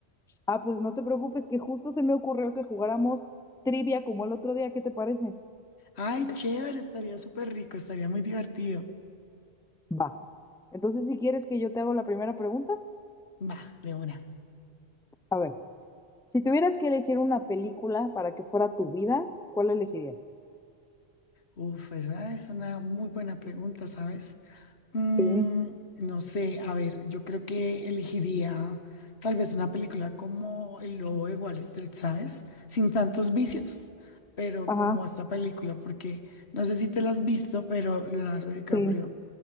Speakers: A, in the centre; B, on the left.
A: Ah, pues no te preocupes, que justo se me ocurrió que jugáramos trivia como el otro día, ¿qué te parece?
B: Ay, chévere, estaría súper rico, estaría muy divertido.
A: Va. Entonces, si quieres que yo te hago la primera pregunta,
B: Va, de una.
A: a ver, si tuvieras que elegir una película para que fuera tu vida, ¿cuál elegirías?
B: Uf, esa es una muy buena pregunta, ¿sabes? Mm,
A: Sí,
B: no sé, a ver, yo creo que elegiría tal vez una película como El Lobo de Wall Street, ¿sabes? Sin tantos vicios, pero
A: ajá,
B: como esta película, porque no sé si te la has visto, pero Leonardo DiCaprio
A: sí,